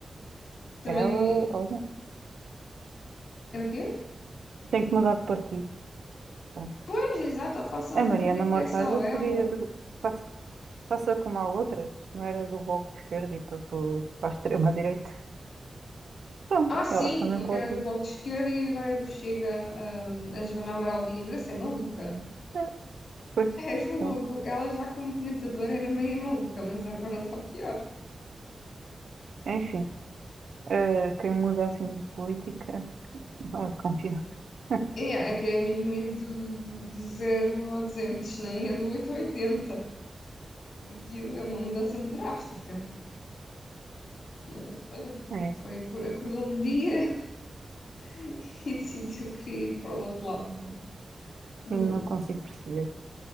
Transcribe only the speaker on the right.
Ela, olha,
tem que mudar de partido. Bom,
a
Mariana
Mortágua
podia, passa, passa como a outra, não era do Bloco de Esquerda e passou para a extrema-direita. Pronto,
ela também
pode.
é, Pois,
então,
enfim, eh, quem muda assim de política não é de confiança. <laughs>
É,
não consigo perceber.